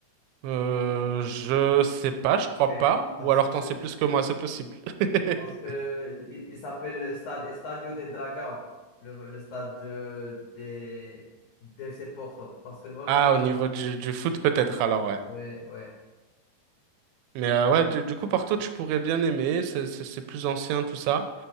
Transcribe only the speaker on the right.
Euh, je sais pas, je crois
pas.
Ou alors
t'en sais plus que moi, c'est possible. <laughs>
Ah, au niveau du, du foot peut-être, alors ouais.
Mais euh, ouais, tu- du coup Porto, tu pourrais bien aimer, c'est c'est- c'est plus ancien, tout ça.